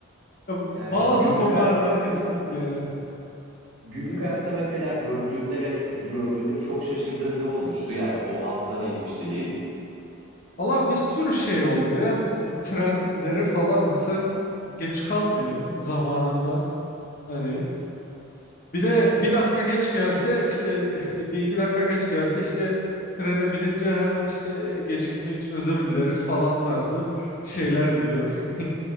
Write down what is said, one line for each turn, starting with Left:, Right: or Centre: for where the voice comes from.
Left: Ya
Right: Yani
Left: Bazı
Right: günlük
Left: konularda
Right: hayatta mesela
Left: kesinlikle evet.
Right: günlük hayatta mesela gördüğünde ve gördüğünde çok şaşırdığın ne olmuştu? Yani oha bu da neymiş dediğin.
Left: Valla bir sürü şey oldu ya. Mis- Bu trenleri falan misal geç kalmıyor zamanında. Hani bir de bir dakika geç gelse işte <laughs> bir iki dakika geç gelse işte trene binince hemen işte gecikme için özür dileriz falan tarzı şeyler diyor. <laughs>